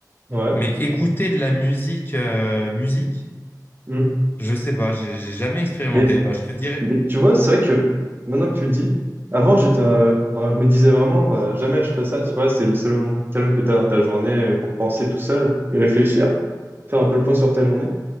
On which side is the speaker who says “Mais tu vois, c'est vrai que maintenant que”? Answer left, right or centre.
Right